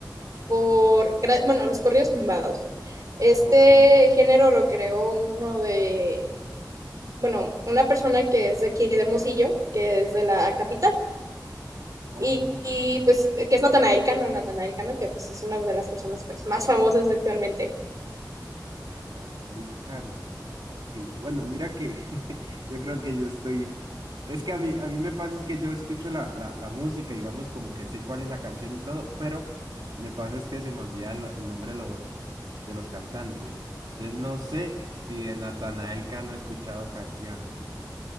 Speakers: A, on the right; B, on the right.
A: por, gra- bueno, los corridos tumbados. Este
B: Ok,
A: género lo creó uno de, bueno, una persona que es de aquí de Hermosillo, que es de la capital.
B: ok.
A: Y, y, pues, que es Natanael Cano, Natanael Cano, que pues es una de las personas pues, más famosas actualmente.
B: Natanael Cano. Ok, Bueno, mira que <laughs> yo creo que yo estoy. Es que a mí, a mí me pasa es que yo escucho la, la, la música, digamos, como que sé cuál es la canción y todo, pero me pasa es que se me olvida el, el nombre de los, de los cantantes. Entonces no sé si de Natanael Cano he escuchado canciones.